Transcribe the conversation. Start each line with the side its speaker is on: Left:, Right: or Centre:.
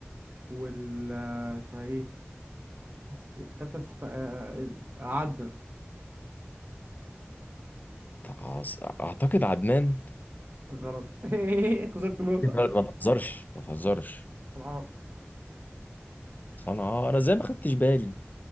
Right: وال آه، اسمها إيه؟ اس- التالتة اسمها آه، آه، عدن
Left: عاص- اعتقد عدنان
Right: غلط <laughs> خسرت نقطة
Left: <laughs> لا، ما تهزرش ما تهزرش
Right: صنعاء
Left: صنعاء انا ازاي ما خدتش بالي